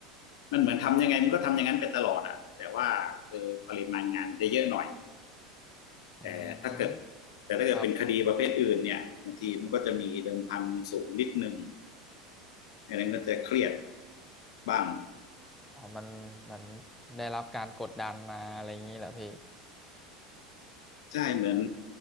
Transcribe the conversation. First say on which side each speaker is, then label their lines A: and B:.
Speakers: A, on the left; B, in the centre.
A: มันเหมือนทำยังไงมันก็ทำอย่างนั้นไปตลอดอ่ะแต่ว่าคือปริมาณงานจะเยอะหน่อย
B: อืม
A: แต่ถ้าเกิดแต่ถ้าเกิดเป็นคดีประเภทอื่นเนี่ยบางทีมันก็จะมีเดิมพันสูงนิดนึง
B: ครับ
A: ไม่นั้นก็จะเครียดบ้าง
B: อ๋อมันมันได้รับการกดดันมาอะไรอย่างนี้เหรอพี่
A: ใช่เหมือน